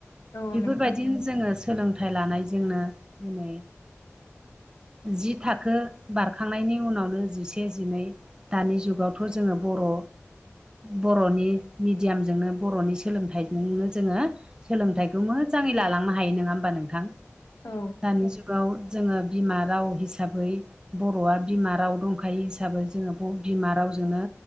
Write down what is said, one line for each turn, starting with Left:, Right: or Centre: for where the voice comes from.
Left: औ
Right: बेफोरबायदिनो
Left: नोंथां
Right: जोङो सोलोंथाइ लानायजोंनो दिनै जि थाखो बारखांनायनि उनावनो जिसे जिनै दानि जुगावथ' जोङो बर' बर'नि मिडियामजोंनो बर'नि सोलोंथाइजोंनो जोङो सोलोंथाइखौ मोजाङै लालांनो हायो नङा होमबा नोंथां
Left: औ
Right: दानि जुगाव जोङो बिमा राव हिसाबै बर'आ बिमा राव दंखायो हिसाबै जोङो बिमा रावजोंनो